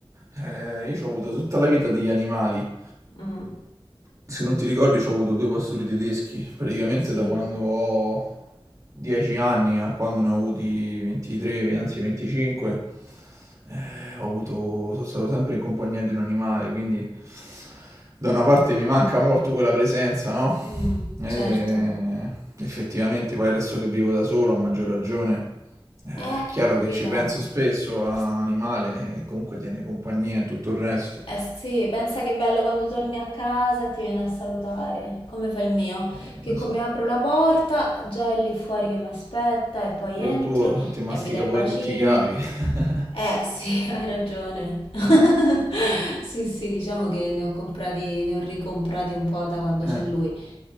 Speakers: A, on the right; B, on the left.
A: Eh, io ho avuto tutta la vita degli animali.
B: Mm,
A: Se non ti ricordi, ho avuto due pastori tedeschi, praticamente
B: sì,
A: da quando ho 10 anni a quando ne ho avuti 23, anzi 25, eh, ho avuto, sono stato sempre in compagnia di un animale, quindi da una parte mi manca molto quella presenza, no?
B: mm,
A: E
B: certo.
A: effettivamente, poi adesso che vivo da solo, a maggior ragione, eh,
B: Eh,
A: è chiaro
B: capito.
A: che ci penso spesso a un animale eh, che comunque tiene compagnia e tutto il resto.
B: Eh sì, pensa che bello quando torni a casa e ti viene a salutare, come fa il mio,
A: Eh, lo
B: che come
A: so.
B: apro la porta già è lì fuori che mi aspetta e poi
A: Però
B: entro
A: il tuo ti mastica
B: e mi dai
A: pure
B: bacini.
A: tutti i cavi. <laughs>
B: Eh sì, <laughs> hai ragione. <laughs>
A: Eh,
B: Sì, sì, diciamo che ne ho comprati, ne ho ricomprati un po' da quando
A: eh.
B: c'è lui.